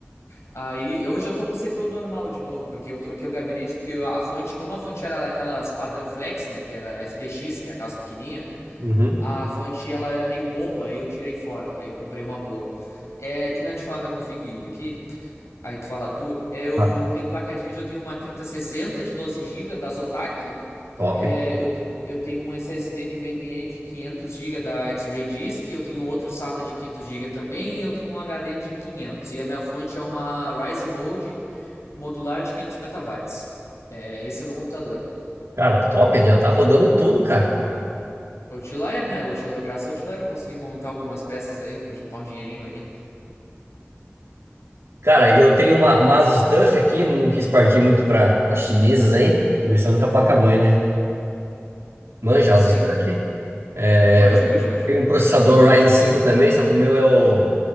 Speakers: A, on the left; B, on the right.
A: Aí, hoje eu tô com o CPU normal de novo, porque eu troquei o gabinete, porque a fonte, como a fonte era daquelas padrão flex, né, que era FTX, que é aquelas pequenininha,
B: Uhum.
A: a fonte ela era meio bomba e eu tirei fora. Aí eu comprei uma boa. É, terminar de falar minha config aqui. Aí tu fala a tua. É, Eu
B: Ah,
A: tenho placa de vídeo, eu tenho uma trinta sessenta de 12 GB da Zotac.
B: top.
A: É, eu, te- eu tenho um SSD NVMe de 500 GB da X-Ray Disk. Eu tenho outro SATA de 500 GB também. E eu tenho um HD de quinhentos E a minha fonte é uma Rise Mode modular de quinhentos e cinquenta watts. É, esse é meu computador.
B: Cara, top, já tá rodando tudo, cara.
A: A Outlier, né? O Outlier, graças ao Outlier eu consegui montar algumas peças aí, juntar um dinheirinho aí.
B: Cara, eu tenho uma, uma Asus TUF aqui, não quis partir muito para as chinesas aí. Começando com a placa-mãe, né? Manja,
A: Sim,
B: Asus TUF? É,
A: manjo,
B: eu tenho,
A: manjo, manjo.
B: tenho um processador Ryzen cinco também, só que o meu é o